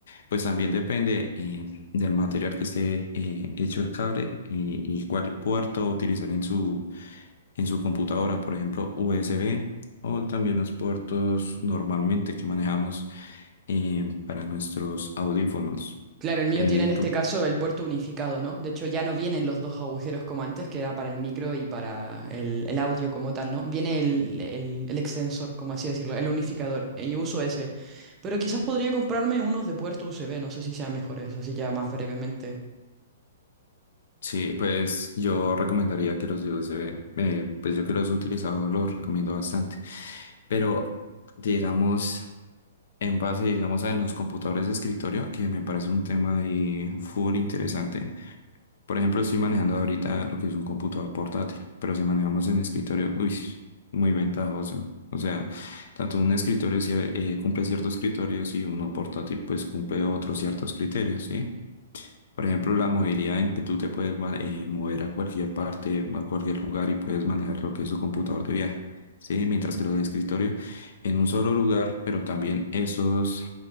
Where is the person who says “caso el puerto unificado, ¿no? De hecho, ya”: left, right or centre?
Right